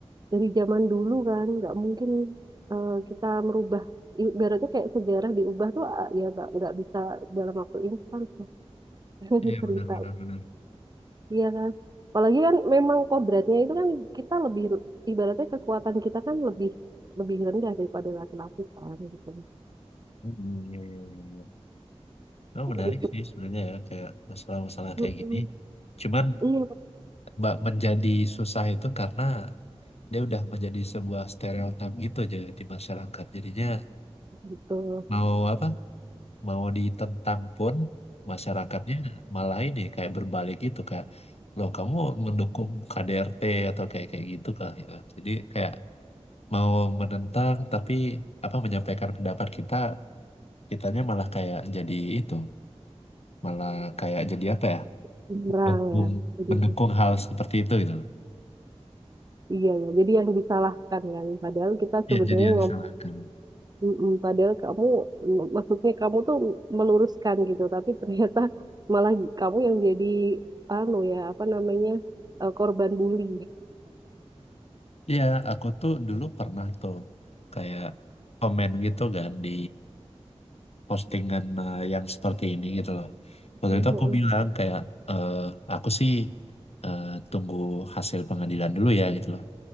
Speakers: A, on the right; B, on the left.
A: dari zaman dulu kan nggak mungkin eh, kita merubah ibaratnya kayak sejarah diubah tuh ah, ya nggak nggak bisa dalam waktu instan <laughs>
B: Iya,
A: cerita
B: benar, benar, benar.
A: Iya kan? Apalagi kan memang kodratnya itu kan kita lebih ibaratnya kekuatan kita kan lebih lebih rendah daripada laki-laki kan gitu.
B: Hmm, iya, iya, iya. iya. Oh, menarik
A: Gitu.
B: sih sebenarnya ya, kayak masalah-masalah
A: Mm-mm.
B: kayak gini. Cuman
A: Iya,
B: mbak menjadi susah itu karena dia udah menjadi sebuah stereotip gitu aja di masyarakat. Jadinya
A: gitu.
B: mau apa? mau ditentang pun masyarakatnya malah ini kayak berbalik gitu kayak loh kamu mendukung KDRT atau kayak kayak gitu kan gitu. Jadi kayak mau menentang tapi apa menyampaikan pendapat kita kitanya malah kayak jadi itu malah kayak jadi apa ya
A: Kurang
B: mendukung
A: ya. Jadi
B: mendukung hal seperti itu gitu loh.
A: iya ya. Jadi yang disalahkan kan padahal kita sebenarnya
B: Ya jadi yang
A: ngomong
B: disalahkan. <laughs>
A: mm-mm. padahal kamu mm, maksudnya kamu tuh meluruskan gitu tapi ternyata malah kamu yang jadi anu ya apa namanya eh, korban bully.
B: Iya, aku tuh dulu pernah tuh kayak komen gitu kan di postingan eh, yang seperti ini gitu loh. Waktu
A: <laughs>
B: itu aku bilang kayak eh, aku sih eh, tunggu hasil pengadilan dulu ya gitu loh.